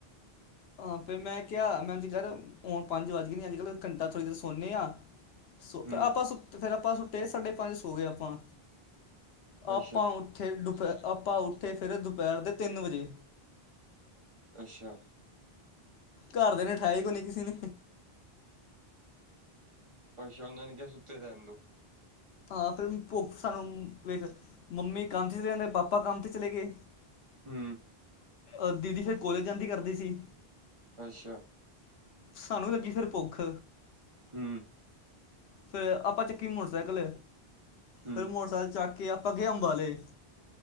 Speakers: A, on the left; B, on the right.
A: ਹਾਂ ਫੇਰ ਮੈਂ ਕਿਹਾ ਮੈਂ ਅ ਏਂਜ ਕਰ ਹੁਣ ਪੰਜ ਵੱਜ ਗਏ ਨ ਏਂਜ ਕਰ ਹੁਨ ਘੰਟਾ ਥੋੜ੍ਹੀ ਦੇਰ ਸੋਨੇ ਆ ਸੁਤ
B: ਹੂੰ
A: ਆਪਾਂ ਸੁੱਤੇ ਫੇਰ ਆਪਾਂ ਸੁੱਤੇ ਸਾਢੇ ਪੰਜ ਸੋ ਗਏ ਆਪਾਂ ਆਪਾਂ
B: ਅੱਛਾ
A: ਉੱਠੇ ਦੁਪ ਆਪਾਂ ਉੱਠੇ ਫੇਰ ਦੁਪਹਿਰ ਦੇ ਤਿੰਨ ਵਜੇ
B: ਅੱਛਾ
A: ਘਰ ਦੇ ਨੇ ਠਾਏ ਕੋ ਨੀ ਕਿਸੇ ਨੇ
B: ਅਛਾ ਉਹਨਾਂ ਨੇ ਕਿਹਾਿਆ ਸੁੱਤੇ ਰਹਿਨ ਦੋ
A: ਹਾਂ ਫਿਰ ਭ ਸਾਨੂੰ ਵੇਟ <unintelligible> ਮੰਮੀ ਕੰਮ ਤੇ ਚਲੇ ਜਾਂਦੇ ਪਾਪਾ ਕੰਮ ਤੇ ਚਲੇ ਗਏ
B: ਹੂੰ
A: ਅਹ ਦੀਦੀ ਫੇਰ ਕੋਲੇਜ ਜਾਂਦੀ ਕਰਦੀ ਸੀ
B: ਅੱਛਾ
A: ਸਾਨੂੰ ਲੱਗੀ ਫੇਰ ਭੁੱਖ
B: ਹੂੰ,
A: ਫੇਰ ਆਪਾਂ ਚੱਕੀ ਮੋਟਰਸਾਈਕਲ
B: ਹੂੰ
A: ਫੇਰ ਮੋਟਰਸਾਈਕਲ ਚੱਕ ਕੇ ਆਪਾਂ ਗਏ ਅੰਬਾਲੇ।